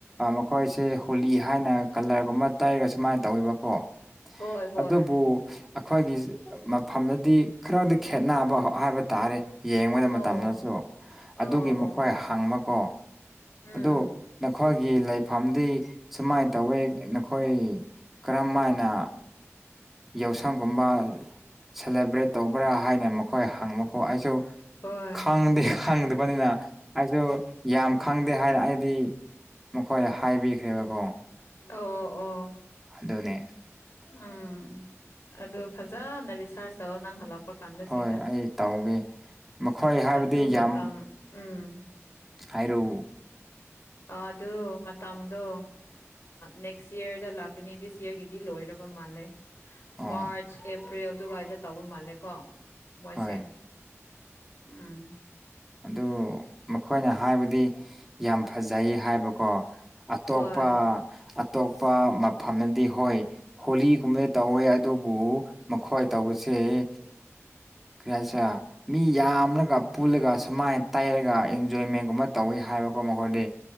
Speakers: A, in the centre; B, on the left.
A: ꯃꯈꯣꯏꯁꯦ ꯍꯣꯂꯤ ꯍꯥꯏꯅ ꯀꯂꯔꯒꯨꯝꯕ ꯇꯩꯔꯒ ꯁꯨꯃꯥꯏꯅ ꯇꯧꯋꯕꯀꯣ
B: ꯍꯣꯏ ꯍꯣꯏ
A: ꯑꯗꯨꯕꯨ ꯑꯩꯈꯣꯏꯒꯤ ꯃꯐꯝꯗꯗꯤ ꯈꯔꯗ ꯈꯦꯠꯅꯕ ꯍꯥꯏꯕ ꯇꯥꯔꯦ ꯌꯦꯡꯕꯗ
B: ꯑꯣ
A: ꯃꯇꯝꯗꯁꯨ
B: ꯑꯣ
A: ꯑꯗꯨꯒꯤ ꯃꯈꯣꯏ
B: ꯑꯣ
A: ꯍꯪꯕꯀꯣ
B: ꯎꯝ
A: ꯑꯗꯨ ꯅꯈꯣꯏꯒꯤ ꯂꯩꯐꯝꯗꯤ ꯁꯨꯃꯥꯏ ꯇꯧꯋꯦ ꯅꯈꯣꯏ ꯀꯔꯝ ꯍꯥꯏꯅ ꯌꯥꯎꯁꯪꯒꯨꯝꯕ ꯁꯦꯂꯦꯕ꯭ꯔꯦꯠ ꯇꯧꯕ꯭ꯔꯥ ꯍꯥꯏꯅ ꯍꯈꯣꯏ ꯍꯪꯃꯨꯀꯣ ꯑꯩꯁꯨ
B: ꯍꯣꯏ
A: ꯈꯪꯗꯦ ꯈꯪꯗꯕꯅꯤꯅ ꯑꯩꯁꯨ ꯌꯥꯝ ꯈꯪꯗꯦ ꯍꯥꯏꯅ ꯑꯩꯗꯤ ꯃꯈꯣꯏꯗ ꯍꯥꯏꯕꯤꯈ꯭ꯔꯦꯕꯀꯣ
B: ꯑꯣ ꯑꯣ
A: ꯑꯗꯨꯅꯦ
B: ꯎꯝ ꯑꯗꯨ ꯐꯖꯅ ꯔꯤꯁꯥꯔꯁ ꯇꯧꯔ ꯅꯪ ꯍꯜꯂꯛꯄ ꯂꯄ ꯀꯥꯟꯗ
A: ꯍꯣꯏ
B: ꯁꯤꯗ
A: ꯑꯩ ꯇꯧꯒꯦ ꯃꯈꯣꯏ ꯍꯥꯏꯕꯗꯤ
B: ꯑꯗꯨ ꯃꯇꯝ
A: ꯌꯥꯝ
B: ꯎꯝ
A: ꯍꯥꯏꯔꯨ
B: ꯑꯗꯨ ꯃꯇꯝꯗꯣ ꯅꯦꯛꯁ ꯏꯌꯔꯗ ꯂꯥꯛꯀꯅꯤ ꯗꯤꯛꯁ ꯌꯔꯒꯤꯗꯤ ꯂꯣꯏꯔꯕ ꯃꯥꯜꯂꯦ
A: ꯑꯣ
B: ꯃꯥꯔꯆ ꯑꯦꯄ꯭ꯔꯤꯜ ꯑꯗꯨꯋꯥꯏꯗ ꯇꯧꯕ ꯃꯥꯜꯂꯦꯀꯣ ꯃꯣꯏꯁꯦ
A: ꯍꯣꯏ
B: ꯎꯝ
A: ꯑꯗꯨ ꯃꯈꯣꯏꯅ ꯍꯥꯏꯕꯗꯤ ꯌꯥꯝ ꯐꯖꯩ ꯍꯥꯏꯕꯀꯣ ꯑꯇꯣꯞꯄ
B: ꯍꯣꯏ
A: ꯑꯇꯣꯞꯄ ꯃꯐꯝꯅꯗꯤ ꯍꯣꯏ ꯍꯣꯂꯤꯒꯨꯝꯕꯗ ꯇꯧꯋꯦ ꯑꯗꯨꯕꯨ ꯃꯈꯣꯏ ꯇꯧꯕꯁꯦ ꯑꯦ ꯀꯔꯤ ꯍꯥꯏꯁꯤꯔꯥ ꯃꯤ ꯌꯥꯝꯔꯒ ꯄꯨꯜꯂꯒ ꯁꯨꯃꯥꯏꯅ ꯇꯩꯔꯒ ꯏꯟꯖꯣꯏꯃꯦꯟꯒꯨꯝꯕ ꯇꯧꯋꯤ ꯍꯥꯏꯕꯀꯣ ꯃꯈꯣꯏꯗꯤ